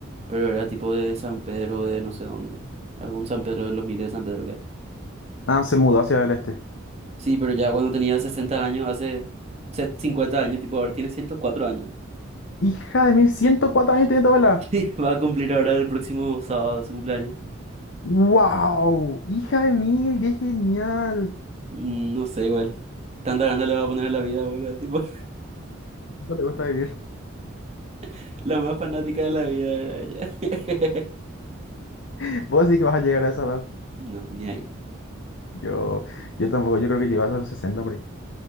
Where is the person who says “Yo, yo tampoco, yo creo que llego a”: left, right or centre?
Left